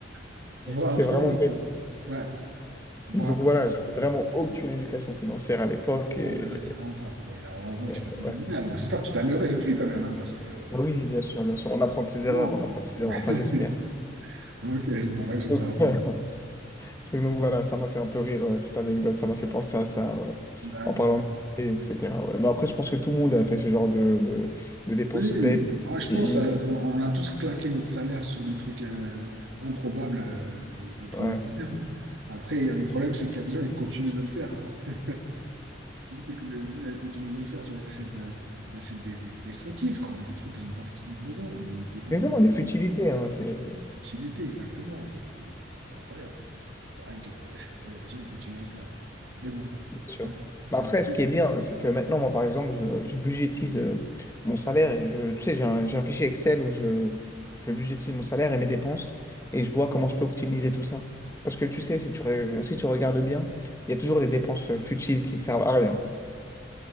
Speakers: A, on the right; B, on the left.
A: <laughs> pouvoir
B: C'est
A: apprendre.
B: vraiment.
A: le- Ouais, pouvoir
B: Donc
A: apprendre.
B: voilà, j'avais
A: euh,
B: vraiment aucune éducation financière à l'époque et
A: Ah oui, bah là, clairement pas. Là, oui, là, heureusement
B: euh,
A: que tu t'es amélioré.
B: ouais.
A: Alors, j'espère que tu t'es amélioré depuis quand même, hein, parce que. euh,
B: Ah Oui, bien sûr, bien sûr. On apprend de
A: sinon,
B: ses erreurs, on apprend de ses erreurs.
A: euh,
B: Enfin,
A: <laughs>
B: j'espère.
A: Ok, ouais, j'espère
B: Donc,
A: vraiment.
B: <laughs> c'est- donc voilà, ça m'a fait un peu rire euh, cette anecdote, ça m'a fait penser à ça euh,
A: D'accord.
B: en parlant de et etc. ouais. Mais après, je pense que tout le monde a fait ce genre de, de, de dépenses
A: Oui,
B: bêtes
A: Ah, je
B: et,
A: pense euh,
B: et-
A: on on a tous claqué notre salaire sur des trucs euh, improbables euh, le premier
B: ouais.
A: salaire. hein. Après, euh, le problème, c'est qu'il y a des gens qui continuent de le faire. <laughs> c'est que les gens, ils continuent de le faire, tu vois, ils achètent, euh, ils achètent des, des, des sottises, quoi, des trucs qu'ils n'ont pas forcément besoin, ou ils dépensent
B: Mais vraiment
A: dans la
B: des futilités, hein, c'est.
A: futilité, exactement, c'est c'est- c'est- c'est incroyable. C'est vrai que <laughs> les gens, ils continuent à le faire. Mais bon,
B: sûr.
A: voilà, c'est c'est
B: Mais après,
A: une
B: ce qui est bien, c'est que maintenant, moi, par exemple, je, je budgétise euh, mon salaire et je, tu sais, j'ai un, j'ai un fichier Excel où je, je budgétise mon salaire et mes dépenses et je vois comment je peux optimiser tout ça. Parce que tu sais, si tu, re- si tu regardes bien, il y a toujours des dépenses euh, futiles qui servent à rien.